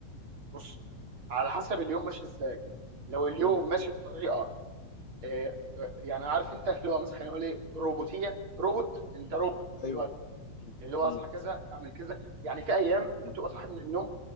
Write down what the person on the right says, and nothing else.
بص على حسب اليوم ماشي ازاي لو اليوم
ماشي بطريقه آه، آه، يعني عارف انت اللي هو مثلا نقول ايه روبوتيه روبوت انت
روبوت دلوقتي
اللي هو
اصحى كذا اعمل كذا يعني في ايام انت
بتبقى صاحي من النوم